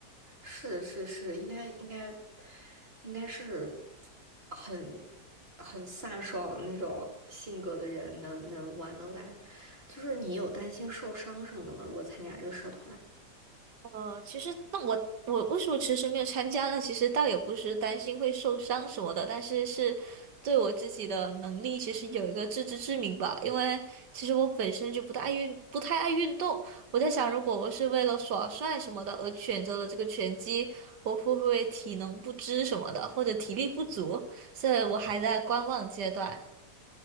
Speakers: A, on the right (about 35°); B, on the right (about 80°).
A: 是是是，应该应该应该是很很飒爽的那种性格的人能能玩得来。就是你有担心受伤什么的吗？如果参加这个社团？
B: 呃，其实那我我为什么迟迟没有参加呢？其实倒也不是担心会受伤什么的，但是是对我自己的能力其实有一个自知之明吧。因为其实我本身就不太爱运，不太爱运动。我在想，如果我是为了耍帅什么的而选择了这个拳击，我会不会体能不支什么的，或者体力不足？所以我还在观望阶段。